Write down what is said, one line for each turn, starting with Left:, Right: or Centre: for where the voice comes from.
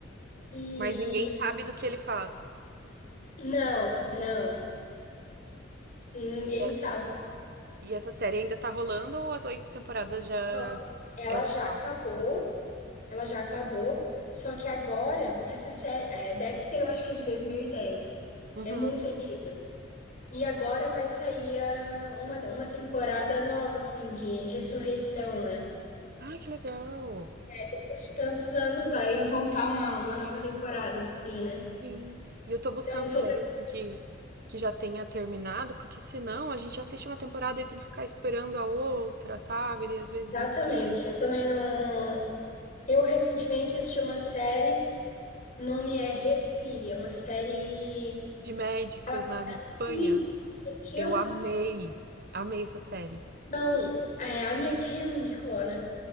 Left: E
Right: Mas ninguém sabe do que ele faz.
Left: não, não, e ninguém
Right: E, a-
Left: sabe.
Right: e essa série ainda tá rolando ou as oito temporadas já
Left: Não, ela
Right: é o final?
Left: já acabou, ela já acabou. Só que agora, essa série, é, Dexter, eu acho que é de dois mil e dez
Right: Uhum.
Left: É muito antiga. E agora vai sair a- uma, uma temporada nova, assim, de ressurreição, né?
Right: Ai, que legal.
Left: Depois de tantos anos vai voltar uma, uma nova temporada, assim, né?
Right: Sim. E eu tô buscando
Left: Então,
Right: série,
Left: tô bem...
Right: assim, que, que já tenha terminado, porque senão a gente assiste uma temporada e tem que ficar esperando a outra, sabe? E às vezes
Left: Exatamente.
Right: esquece.
Left: Eu também não. Eu recentemente assisti uma série, o nome é Respire, é uma série.
Right: De médicos
Left: Ela.
Right: na Espanha.
Left: Isso, você assistiu?
Right: Eu amei. Amei essa série.
Left: Então, é, a minha tia me indicou, né?